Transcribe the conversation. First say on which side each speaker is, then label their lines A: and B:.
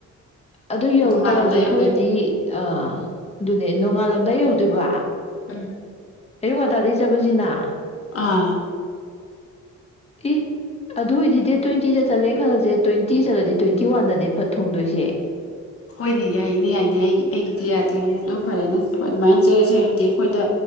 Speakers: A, on the left (about 20°); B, on the left (about 50°).
A: ꯑꯗꯨ ꯌꯧꯇꯥꯥꯔꯁꯨ
B: ꯅꯣꯡꯉꯥꯜꯂꯝꯗꯥꯏ ꯌꯧꯗꯣꯏꯅꯦ
A: ꯈꯔꯗꯤ ꯑ ꯑꯗꯨ ꯑ ꯅꯣꯡꯉꯥꯜꯂꯝꯗꯥꯏ ꯌꯧꯗꯣꯏꯕ
B: ꯎꯝ
A: ꯑꯌꯨꯛ ꯉꯟꯇꯥꯗꯒꯤ ꯆꯠꯄꯁꯤꯅ
B: ꯑꯥ
A: ꯏ ꯑꯗꯨ ꯑꯣꯏꯗꯤ ꯗꯦꯠ ꯇ꯭ꯋꯦꯟꯇꯤꯗ ꯆꯠꯂꯦꯅ ꯈꯜꯂꯁꯦ ꯇ꯭ꯋꯦꯟꯇꯤ ꯆꯠꯂꯗꯤ ꯇ꯭ꯋꯦꯟꯇꯤ ꯋꯥꯟꯗꯅꯦ ꯊꯨꯡꯗꯣꯏꯁꯦ
B: ꯍꯣꯏꯅꯦ ꯌꯥꯏꯅꯦ ꯌꯥꯏꯅꯦ ꯑꯩꯒꯤ ꯑꯩꯒꯤꯗꯤ ꯌꯥꯗꯦ ꯍꯥꯏꯅꯦ ꯑꯗꯣ ꯐꯔꯦꯅꯦ ꯑꯗꯨꯃꯥꯏꯅ ꯆꯠꯂꯁꯦ ꯍꯥꯏꯗꯤ ꯑꯩꯈꯣꯏꯗ